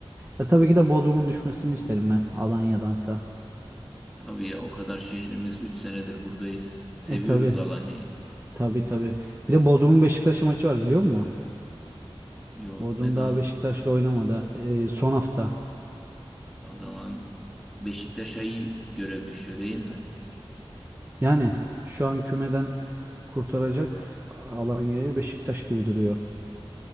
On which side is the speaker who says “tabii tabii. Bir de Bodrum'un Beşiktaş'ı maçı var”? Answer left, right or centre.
Right